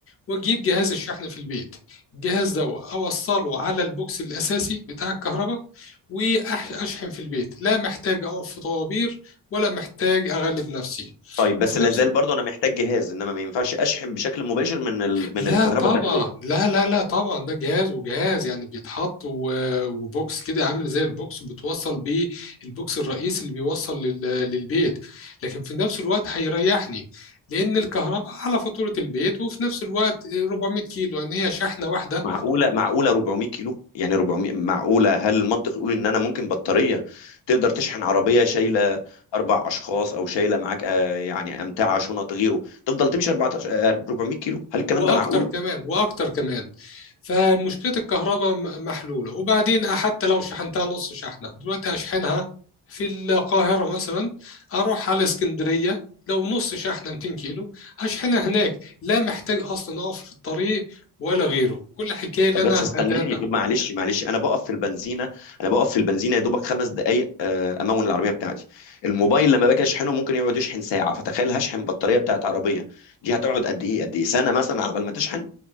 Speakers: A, on the left (about 30°); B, on the left (about 85°).
A: واجيب جهاز الشحن في البيت الجهاز ده اوصله على البوكس الاساسي بتاع الكهرباء واشحن في البيت لا محتاج اقف في طوابير ولا محتاج اغلب نفسي
B: طيب بس
A: وفي
B: لازال
A: نفس
B: برضه انا محتاج جهاز انما ما ينفعش اشحن بشكل مباشر من ال... من
A: لا
B: الكهرباء
A: طبعا
B: بتاعت البيت
A: لا لا لا طبعا ده جهاز وجهاز يعني بيتحط و- وبوكس كده عامل زي البوكس وبتوصل بيه البوكس الرئيسي اللي بيوصل لل- للبيت لكن في نفس الوقت هيريحني لأن الكهرباء على فاتورة البيت وفي نفس الوقت 400 كيلو يعني هي شحنة واحدة
B: معقوله معقوله 400 كيلو يعني 400 معقوله هل المنطق يقول ان انا ممكن بطاريه تقدر تشحن عربيه شايله اربع اشخاص او شايله معاك آه، يعني امتعه شنط غيره تفضل تمشي 14 آه، 400 كيلو هل الكلام
A: واكتر
B: ده معقول
A: كمان واكتر كمان فمشكله الكهرباء م- محلوله وبعدين حتى لو شحنتها نص شحنه دلوقتي هشحنها في القاهره مثلا اروح على اسكندريه لو نص شحنه 200 كيلو هشحنها هناك لا محتاج اصلا اقف في الطريق ولا غيره كل حكايه اللي
B: طب
A: انا
B: بس استناني
A: هتابع
B: طب معلش معلش انا بقف في البنزينه انا بقف في البنزينه يا دوبك خمس دقائق امون العربيه بتاعتي الموبايل لما باجي اشحنه ممكن يقعد يشحن ساعه فتخيل هشحن بطاريه بتاعت عربيه دي هتقعد قد ايه قد ايه سنه مثلا على بال ما تشحن